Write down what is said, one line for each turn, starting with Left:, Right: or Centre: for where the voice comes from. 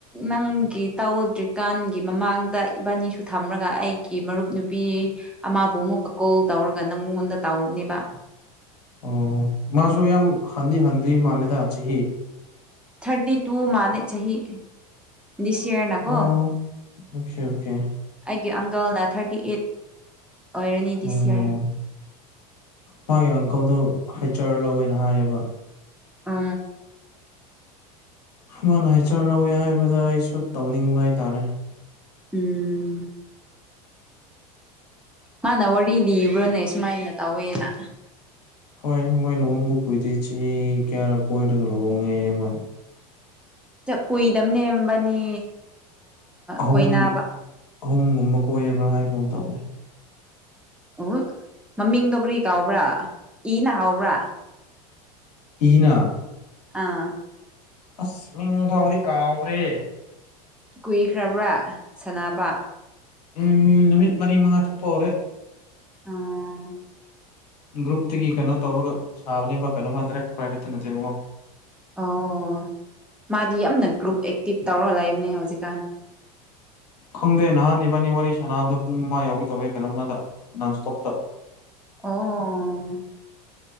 Centre: ꯅꯪꯒꯤ ꯇꯧꯗ꯭ꯔꯤꯀꯥꯟꯒꯤ ꯃꯃꯥꯡꯗ ꯏꯕꯥꯅꯤꯁꯨ ꯊꯝꯂꯒ ꯑꯩꯒꯤ ꯃꯔꯨꯞ ꯅꯨꯄꯤ ꯑꯃꯕꯨ ꯑꯃꯨꯛꯀ ꯀꯣꯜ ꯇꯧꯔꯒ ꯅꯪꯉꯣꯟꯗ ꯇꯥꯎꯅꯦꯕ
Left: ꯑꯣ ꯃꯥꯁꯨ ꯌꯥꯝ ꯍꯟꯗꯤ ꯍꯟꯗꯤ ꯃꯥꯜꯂꯦꯗ ꯁꯤ
Centre: ꯊꯥꯔꯇꯤ ꯇꯨ ꯃꯥꯅꯦ ꯆꯍꯤ ꯆꯍꯤ ꯁꯤ ꯌꯥꯔꯅꯀꯣ
Left: ꯑꯣ ꯑꯣꯀꯦ ꯑꯣꯀꯦ
Centre: ꯑ ꯑꯪ ꯜꯅ ꯊꯥꯔꯇꯤ ꯑꯩꯠ ꯑꯣꯏꯔꯅꯤ ꯗꯤꯁ
Left: ꯑꯣ
Centre: ꯌꯔ
Left: ꯃꯥꯦ ꯑꯪꯀꯜꯗꯨ ꯍꯩꯆꯔ ꯂꯧꯋꯦꯅ ꯍꯥꯏꯌꯦꯕ
Centre: ꯑ
Left: ꯃꯥꯅ ꯍꯥꯏꯆꯔ ꯂꯧꯋꯦ ꯍꯥꯏꯕꯗ ꯑꯩꯁꯨ ꯇꯧꯅꯤꯡꯕ ꯍꯥꯏꯇꯥꯔꯦ
Centre: ꯎꯝ ꯃꯥꯅ ꯋꯥꯔꯤ ꯂꯤꯕ꯭ꯔꯥꯅꯦ ꯁꯨꯃꯥꯏꯅ ꯇꯧꯋꯦꯅ
Left: ꯍꯣꯏ ꯃꯣꯏ ꯂꯨꯍꯣꯡꯕ ꯀꯨꯏꯗ꯭ꯔꯤ ꯆꯦ ꯀꯌꯥꯔ ꯀꯣꯏꯔꯒ ꯂꯨꯍꯣꯡꯉꯦ ꯃꯣꯏ
Centre: ꯀꯨꯏꯗꯕ ꯅꯦꯝꯕꯅꯤ
Left: ꯑꯍꯨꯝ
Centre: ꯀꯣꯏꯅꯕ
Left: ꯑꯍꯨꯝꯒꯨꯝꯕ ꯀꯣꯏꯕ꯭ꯔꯥ ꯍꯥꯏꯕ ꯑꯃ ꯇꯧꯅꯤ
Centre: ꯎ ꯃꯃꯤꯡꯗꯣ ꯀ꯭ꯔꯤ ꯀꯥꯎꯕ꯭ꯔꯥ ꯏꯅ ꯍꯥꯎꯕ꯭ꯔꯥ
Left: ꯏꯅ
Centre: ꯑꯥ
Left: ꯑꯁ ꯃꯤꯡ ꯐꯥꯎꯕꯗꯤ ꯀꯥꯎꯈ꯭ꯔꯦ
Centre: ꯀꯨꯏꯈ꯭ꯔꯕ꯭ꯔꯥ ꯁꯅꯥꯅꯕ
Left: ꯎꯝ ꯅꯨꯃꯤꯠ ꯃꯔꯤ ꯃꯉꯥ ꯊꯣꯛꯄ ꯍꯧꯔꯦ
Centre: ꯑꯥ
Left: ꯒ꯭ꯔꯨꯞꯇꯨꯒꯤ ꯀꯩꯅꯣ ꯇꯧꯔꯒ ꯁꯥꯕꯅꯦꯕ ꯀꯩꯅꯣꯃꯗꯥꯔ ꯄ꯭ꯔꯥꯏꯚꯦꯠꯇ ꯅꯠꯇꯦꯕꯀꯣ
Centre: ꯑꯣ ꯃꯥꯗꯤ ꯌꯥꯝꯅ ꯒ꯭ꯔꯨꯞꯨꯞ ꯑꯦꯛꯇꯤꯞ ꯇꯧꯔꯒ ꯂꯩꯕꯅꯦ ꯍꯧꯖꯤꯛꯀꯥꯟ
Left: ꯈꯪꯗꯦ ꯅꯍꯥꯟ ꯏꯅꯤꯕꯥꯅꯤ ꯋꯥꯔꯤ ꯁꯥꯟꯅꯕꯗ ꯄꯨꯡ ꯃꯉꯥ ꯌꯥꯎꯋꯤ ꯇꯧꯋꯦ ꯀꯩꯅꯣꯝꯃꯗ ꯅꯟꯁꯇꯣꯞꯇ
Centre: ꯑꯣ